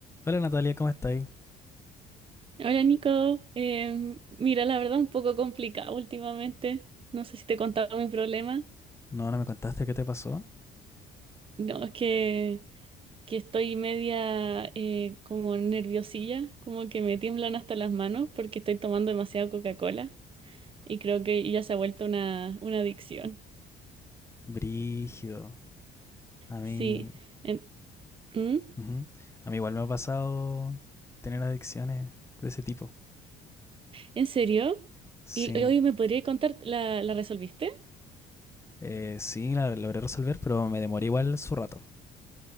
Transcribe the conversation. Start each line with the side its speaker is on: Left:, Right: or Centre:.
Left: Hola Natalia, ¿cómo estáis?
Right: Hola Nico, Em, mira, la verdad un poco complicado últimamente. No sé si te he contado mi problema.
Left: No, no me contaste qué te pasó.
Right: No, es que, que estoy media eh, como nerviosilla, como que me tiemblan hasta las manos porque estoy tomando demasiada Coca-Cola y creo que ya se ha vuelto una, una adicción.
Left: Brígido. A mí.
Right: Sí, ¿en, ¿Mm?
Left: ujú. A mí igual me ha pasado tener adicciones de ese tipo.
Right: ¿En serio?
Left: Sí.
Right: ¿Y y hoy me podría contar, la, la resolviste?
Left: Eh, sí, la logré resolver, pero me demoré igual su rato.